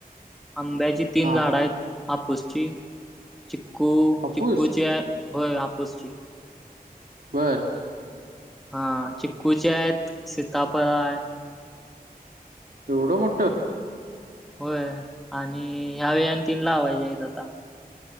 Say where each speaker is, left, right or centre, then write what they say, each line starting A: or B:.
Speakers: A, in the centre; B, on the right (about 70°).
A: आंब्याची तीन
B: हा
A: झाडं आहेत. हापूसची, चिक्कू
B: हापूस?
A: चिक्कूची आहे होय हापूसची.
B: बर.
A: हा चिकूचे आहेत, सीताफळ हाय.
B: एवढं मोठ.
A: होय, आणि ह्या वेळी आणि तीन लावायची आहेत आता.